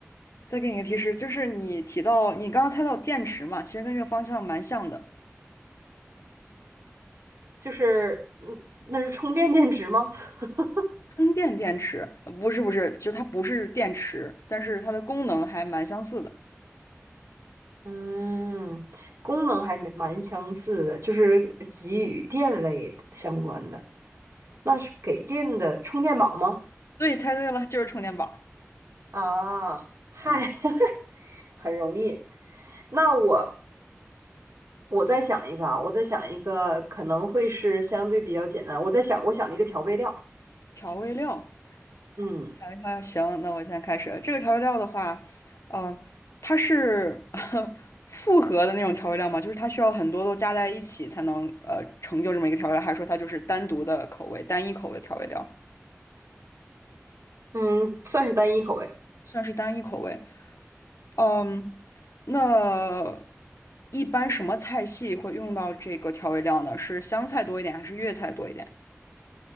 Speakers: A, on the left; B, on the right.
A: 再给你一个提示，就是你提到你刚刚猜到电池嘛，其实跟这个方向蛮像的。
B: 就是嗯，那是充电电池吗？<laughs>
A: 充电电池，呃不是不是，就是它不是电池，但是它的功能还蛮相似的。
B: 嗯，功能还蛮蛮相似的，就是给予电类的相关的。那是给电的充电宝吗？
A: 对，猜对了，就是充电宝。
B: 啊，嗨，
A: 嗯，
B: <laughs> 很容易。那我我再想一个啊，我再想一个，可能会是相对比较简单。我在想，我想了一个调味料，
A: 调味料。
B: 嗯
A: 想一下，行，那我现在开始。这个调味料的话，呃，它是 <laughs> 复合的那种调味料吗？就是它需要很多都加在一起才能呃成就这么一个调味料，还是说它就是单独的口味、单一口味的调味料？
B: 嗯，算是单一口味。
A: 算是单一口味。嗯，那一般什么菜系会用到这个调味料呢？是湘菜多一点，还是粤菜多一点？